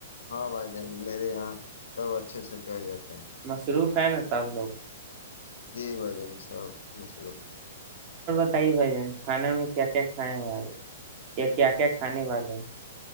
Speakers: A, on the left; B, on the right.
A: ہاں بھائی جان میرے یہاں سب اچھے سے کہ جاتے ہیں
B: مصروف ہے نا سب لوگ
A: جی بھائی انسا ن مصرف
B: بتائی بھائی جن کھانا میں کیا کیا کھائے ہیں آ یا کیا کیا کھانے والے ہیں